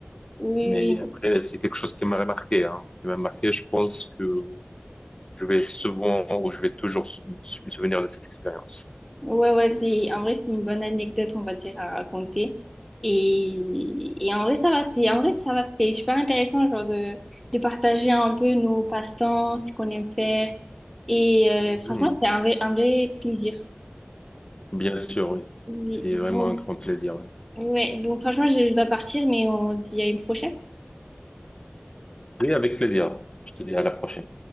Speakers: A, in the centre; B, on the left.
A: oui,
B: Mais après,
A: oui.
B: c'est quelque chose qui m'a marqué, hein, qui m'a marqué. Je pense que je vais souvent ou je vais toujours sou- me souvenir de cette expérience.
A: Ouais, ouais, c'est, en vrai, c'est une bonne anecdote, on va dire, à raconter. Et, et en vrai, ça va, c'est, en vrai, ça va, c'était super intéressant, genre, de, de partager un peu nos passe-temps, ce qu'on aime faire. Et euh, franchement,
B: Hmm,
A: c'était un vrai, un vrai plaisir.
B: Bien sûr, oui.
A: Oui,
B: C'est
A: bon,
B: vraiment un grand plaisir. Oui,
A: ouais, donc franchement, je, je dois partir, mais on se dit à une prochaine.
B: Oui, avec plaisir. Je te dis à la prochaine.